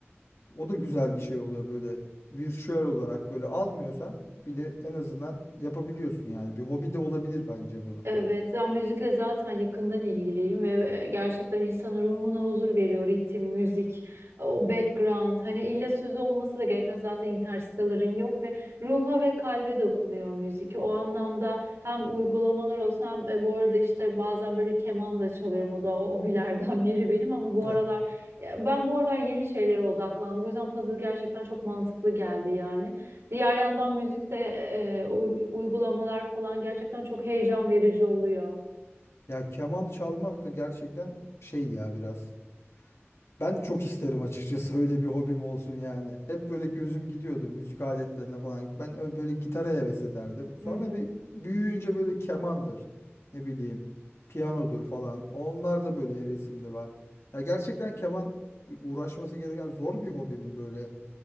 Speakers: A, on the left; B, on the right.
A: o da güzel bir şey oluyor böyle virtüel olarak böyle almıyorsan bile en azından yapabiliyorsun yani bir hobi de olabilir bence bunu
B: Evet, ya müzikle zaten yakından ilgiliyim ve e, gerçekten insanın ruhuna huzur veriyor ritim, müzik, o background. Hani illa sözü olması da gerekmez zaten interstellar'ın yok ve ruha ve kalbe dokunuyor müzik. O anlamda hem uygulamalar olsun hem e, bu arada işte bazen böyle keman da çalıyorum. O da hobilerden <laughs> biri benim ama bu
A: ya
B: aralar ya ben bu aralar yeni şeylere odaklandım. O yüzden puzzle gerçekten çok mantıklı geldi yani. Diğer yandan müzikte e, u- uygulamalar falan gerçekten çok heyecan verici oluyor.
A: ya keman çalmak da gerçekten şey ya biraz Ben çok isterim açıkçası öyle bir hobim olsun yani. Hep böyle gözüm gidiyordu müzik aletlerine falan. Ben ö- böyle gitara heves ederdim. Sonra
B: Hı hı.
A: bir büyüyünce böyle kemandır, ne bileyim, piyanodur falan. Onlar da böyle hevesimde var. Ya gerçekten keman uğraşması gereken zor bir hobi mi böyle?